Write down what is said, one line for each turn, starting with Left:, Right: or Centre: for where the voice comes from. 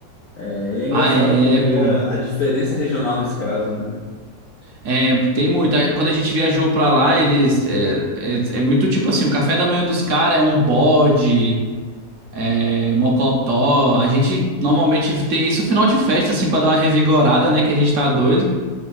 Left: É, e é engraçado
Right: Ah, é,
Left: tu ver
Right: pô.
Left: a, a diferença regional nesse caso, né?
Right: É, tem muito. Aí, Quando a gente viajou pra lá, eles. É, é, é muito tipo assim: o café da manhã dos caras é um bode, é mocotó. A gente normalmente tem isso no final de festa, assim, pra dar uma revigorada, né? Que a gente tá doido.